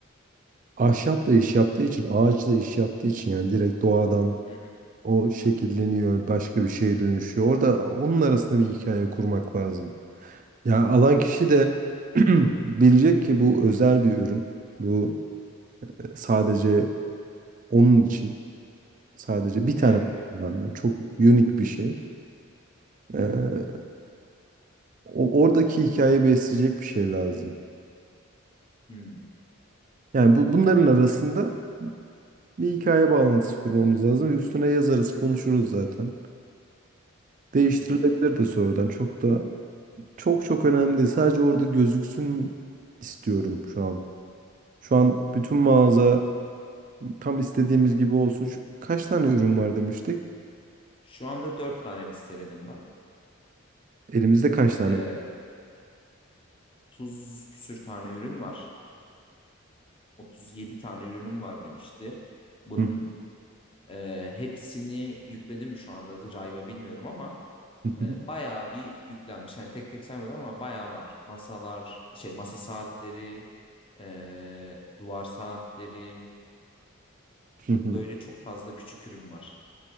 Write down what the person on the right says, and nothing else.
ahşapla iş yaptığı için, ağaçla iş yaptığı için yani direkt doğadan
o şekilleniyor, başka bir şeye dönüşüyor. Orada onun arasında bir hikaye kurmak lazım. Ya alan kişi de <clears throat> bilecek ki bu özel bir ürün. Bu e, sadece onun için, sadece bir tane
kullanılan, çok unik bir şey. Ee, o- oradaki hikayeyi besleyecek bir şey lazım.
Yani bu, bunların arasında bir hikaye bağlantısı kurmamız lazım. Üstüne yazarız, konuşuruz zaten. Değiştirilebilir
de sonradan. Çok da çok çok önemli değil. Sadece orada gözüksün istiyorum şu an. Şu an bütün mağaza tam istediğimiz gibi olsun. Şu- kaç tane ürün var demiştik?
Elimizde kaç tane?
ürün?
Hı.
<laughs>
Hı hı.